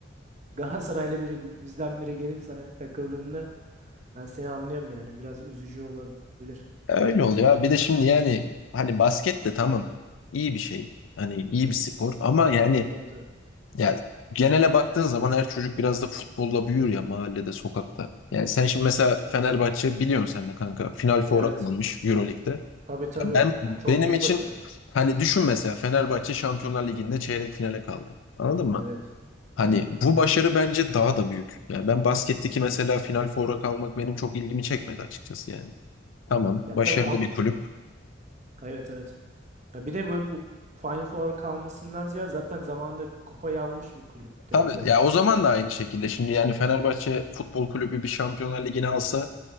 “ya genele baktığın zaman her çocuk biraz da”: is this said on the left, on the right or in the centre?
Left